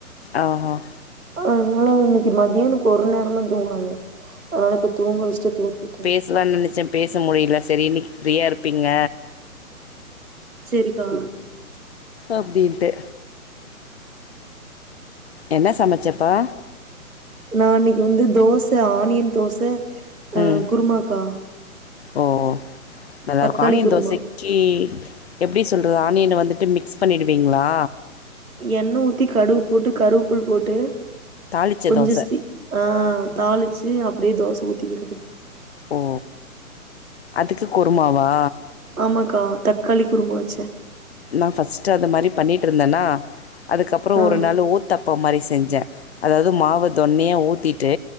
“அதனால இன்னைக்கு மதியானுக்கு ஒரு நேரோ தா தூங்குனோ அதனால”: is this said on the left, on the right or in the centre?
Right